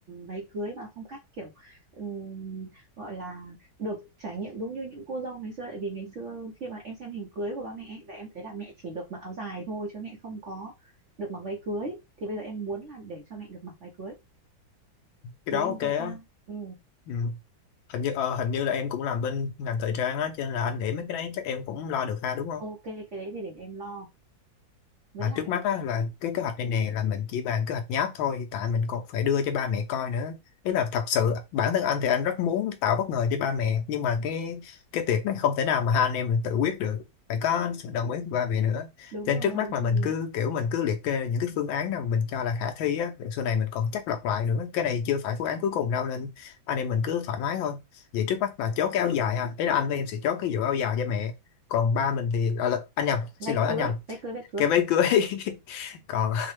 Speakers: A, on the right (about 60°); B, on the left (about 80°).
A: váy cưới và phong cách kiểu ừm, gọi là được trải nghiệm đúng như những cô dâu ngày xưa tại vì ngày xưa khi mà em xem hình cưới của ba mẹ ấy, là em thấy là mẹ chỉ được mặc áo dài thôi chứ mẹ không có được mặc váy cưới thì bây giờ em muốn là để cho mẹ được mặc váy cưới
B: cái
A: thì
B: đó
A: anh
B: ok
A: thấy
B: á
A: sao ừ,
B: ừ. hình như ờ, hình như là em cũng làm bên ngành thời trang á cho nên là anh nghĩ mấy cái đấy chắc em cũng lo được ha đúng không
A: ok cái đấy thì để em lo với
B: mà
A: lại
B: trước mắt á, là cái kế hoạch này nè là mình chỉ bàn kế hoạch nháp thôi tại mình còn phải đưa cho ba mẹ coi nữa ý là thật sự bản thân anh thì anh rất muốn tạo bất ngờ cho ba mẹ nhưng mà cái cái việc này không thể nào mà hai anh em mình tự quyết được phải có sự đồng ý của ba mẹ nữa
A: đúng
B: cho
A: rồi
B: nên trước mắt
A: đúng
B: là
A: rồi
B: mình cứ kiểu mình cứ liệt kê những cái phương án nào mình cho là khả thi á rồi sau này mình còn chắc lọc lại nữa cái này chưa phải phương án cuối cùng đâu nên anh em mình cứ thoải mái thôi vậy trước mắt là chốt cái áo dài ha ý là anh với em sẽ chốt cái vụ áo dài cho mẹ còn ba mình thì à, là- anh nhầm
A: váy
B: xin lỗi
A: cưới
B: anh nhầm
A: váy cưới váy cưới
B: cái váy cưới <laughs> còn